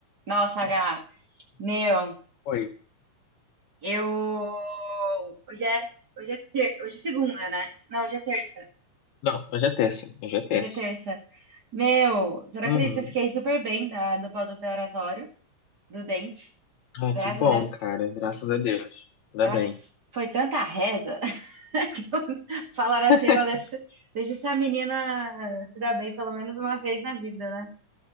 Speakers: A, on the right; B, on the left.
A: Nossa, H, meu,
B: Oi,
A: eu. Hoje é, hoje é, ter... hoje é segunda, né? Não, hoje é terça.
B: Não, hoje é terça. Hoje é terça.
A: Hoje é terça. Meu, você não
B: Uhum.
A: acredita, eu fiquei super bem da... do pós-operatório, do dente.
B: Ai,
A: Graças
B: que bom,
A: a Deus.
B: cara. Graças a Deus. Ainda
A: Eu
B: bem.
A: acho que foi tanta reza. <laughs> que Falaram assim,
B: <laughs>
A: "Ó, deixa... deixa essa menina se dar bem pelo menos uma vez na vida, né?